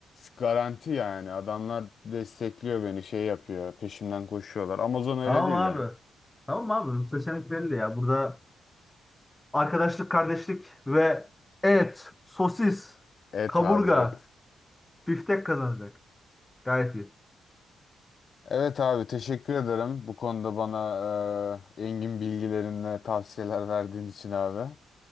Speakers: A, on the left; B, on the left.
A: garanti yani. Adamlar destekliyor beni, şey yapıyor, peşimden koşuyorlar. Amazon öyle
B: Tamam
A: değil
B: abi.
A: yani.
B: Tamam abi. Bu seçenek belli ya. Burada arkadaşlık, kardeşlik ve et, sosis,
A: Et
B: kaburga,
A: abi et.
B: biftek kazanacak. Gayet iyi.
A: Evet abi teşekkür ederim. Bu konuda bana e, engin bilgilerinle tavsiyeler verdiğin için abi.